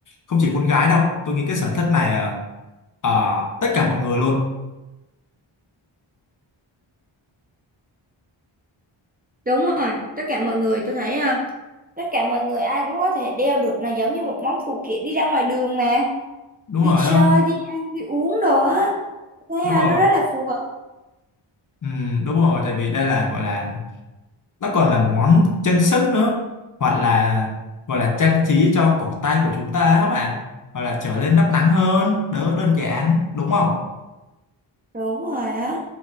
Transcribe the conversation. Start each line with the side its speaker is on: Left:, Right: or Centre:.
Left: không chỉ con gái đâu, tôi nghĩ cái sở thích này ờ, ờ, tất cả mọi người luôn.
Right: Đúng rồi, tất cả mọi người tôi thấy ờ, tất cả mọi người ai cũng có thể đeo được là giống như một món phụ kiện đi ra ngoài đường mà
Left: Đúng
Right: đi
Left: rồi,
Right: chơi,
Left: á,
Right: đi ăn, đi uống đồ á. Thấy
Left: đúng
Right: ờ,
Left: rồi.
Right: nó rất là phù hợp.
Left: Ừ, đúng rồi, tại vì đây là gọi là nó còn là một món trang sức nữa hoặc là gọi là trang trí cho cổ tay của chúng ta á các bạn hoặc là trở nên nắp nắng hơn đỡ đơn giản đúng không?
Right: Đúng rồi á.